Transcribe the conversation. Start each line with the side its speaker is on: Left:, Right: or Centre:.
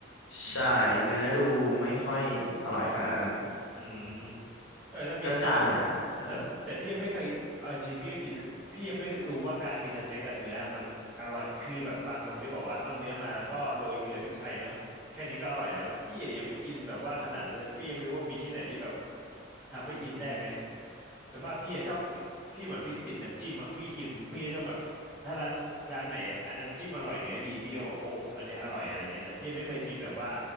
Left: ใช่เนื้อดูไม่ค่อยอร่อยขนาดนั้น
Centre: อืมเออแล้วมีเออ
Left: กลางๆอ่ะเออ
Centre: แต่แต่พี่ยังไม่เคยเอาจริงพี่ก็กินพี่ยังไม่รู้ว่าการกินสเต็กกับเนื้อมันอร่อยคือแบบบางคนที่บอกว่าเอาเนื้อมาแล้วก็โรยเกลือพริกไทยเนอะแค่นี้ก็อร่อยแล้วพี่ยังไม่อินแบบว่าขนาดนั้นเลยพี่ยังไม่รู้ว่ามีที่ไหนที่แบบทำให้อินได้ไหมส่วนมากพี่อะชอบพี่เหมือนพี่ติดน้ำจิ้มบางพี่กินพี่จะชอบแบบถ้าร้านร้านไหนอน้ำจิ้มอร่อยเนื้อดีพี่ก็บอกโอ้อันนี้อร่อยอะไรเงี้ยแต่พี่ยังไม่เคยกินแบบว่า